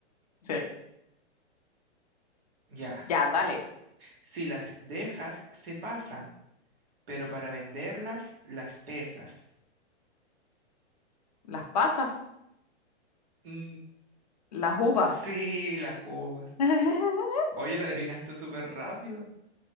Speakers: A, on the left; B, on the right.
A: sí.
B: Ya.
A: Ya, dale.
B: Si las dejas, se pasan, pero para venderlas, las pesas.
A: Las pasas,
B: Mm,
A: las
B: <laughs>
A: uvas.
B: sí, las uvas.
A: <laughs>
B: Oye, la adivinaste súper rápido.